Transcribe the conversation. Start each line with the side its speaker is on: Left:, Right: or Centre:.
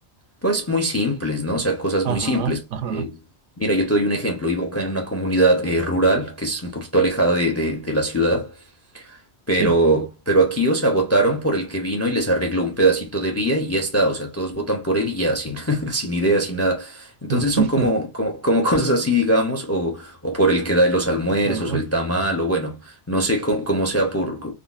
Left: pues muy simples, ¿no? O sea, cosas
Right: Ajá,
Left: muy simples.
Right: ajá,
Left: Eh, mira, yo te doy un ejemplo. Vivo acá en una comunidad eh, rural que es un poquito alejada de, de- de la ciudad, pero,
Right: sí.
Left: pero aquí, o sea, votaron por el que vino y les arregló un pedacito de vía y ya está. O sea, todos votan por él y ya, sin, <laughs> sin idea, sin nada. Entonces
Right: <laughs>
Left: son como, como, como <laughs> cosas así, digamos, o, o por el que da los almuerzos
Right: Ajá.
Left: o el tamal, o bueno, no sé cómo, cómo sea por,